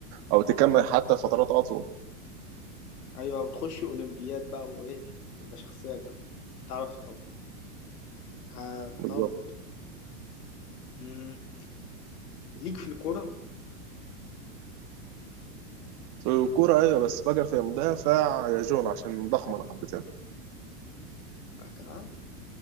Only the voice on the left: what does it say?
ايوه وتخش اولمبياد بقى وايه تبقى شخصيه جامده تعرف طب آه
طب مم. ليك في الكوره
آه، كان